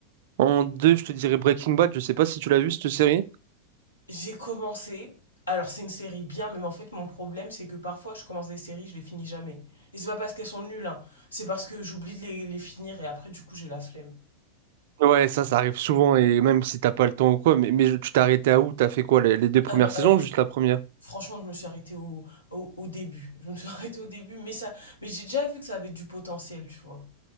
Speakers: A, on the right; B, on the left.
A: En 2, je te dirais Breaking Bad. Je sais pas si tu l'as vu, cette série.
B: J'ai commencé. Alors c'est une série bien, mais en fait mon problème c'est que parfois je commence des séries, je les finis jamais. Et c'est pas parce qu'elles sont nulles, hein. C'est parce que j'oublie de les, les finir et après du coup j'ai la flemme.
A: Ouais, ça, ça arrive souvent, et même si t'as pas le temps ou quoi, mais, mais je- tu t'es arrêté à où? T'as fait quoi, les les deux premières
B: Ah non,
A: saisons
B: eh,
A: ou
B: je-
A: juste la première?
B: franchement je me suis arrêtée au, au, au début. <laughs> Je me suis <laughs> arrêtée au début, mais ça, mais j'ai déjà vu que ça avait du potentiel, tu vois.